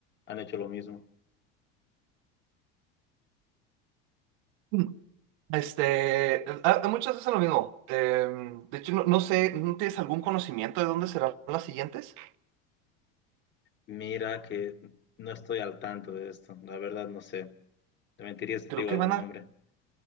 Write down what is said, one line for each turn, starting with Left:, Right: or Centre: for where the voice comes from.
Left: han hecho lo mismo.
Right: Mm. Este, a- a muchas veces lo mismo. Em, de hecho, no, no sé, ¿no tienes algún conocimiento de dónde serán las siguientes?
Left: Mira que no estoy al tanto de esto, la verdad no sé. Te mentiría si
Right: Creo
Left: te digo
Right: que
Left: algún
Right: van a
Left: nombre.